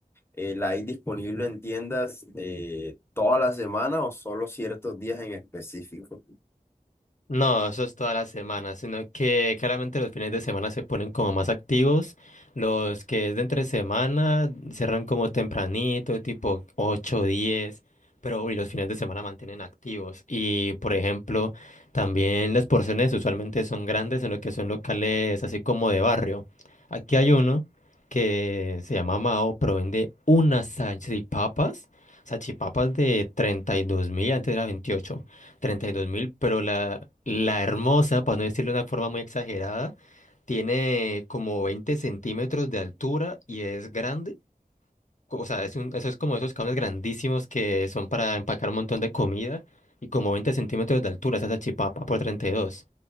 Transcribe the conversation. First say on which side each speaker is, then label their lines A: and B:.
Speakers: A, on the left; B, on the left.
A: eh, ¿la hay disponible en tiendas eh, toda la semana o solo ciertos días en específico?
B: No, eso es toda la semana, sino que claramente los fines de semana se ponen como más activos. Los que es de entre semana cerran como tempranito, tipo 8 10, pero y los fines de semana mantienen activos. Y por ejemplo, también las porciones usualmente son grandes en lo que son locales así como de barrio. Aquí hay uno que se llama Mao, pero vende unas salchipapas, salchipapas de treinta y dos mil, antes era 28. treinta y dos mil, pero la, la hermosa, para no decirlo de una forma muy exagerada, tiene como 20 centímetros de altura y es grande. O sea, es un- eso es como esos cables grandísimos que son para empacar un montón de comida y como 20 centímetros de altura, esa salchipapa por treinta y dos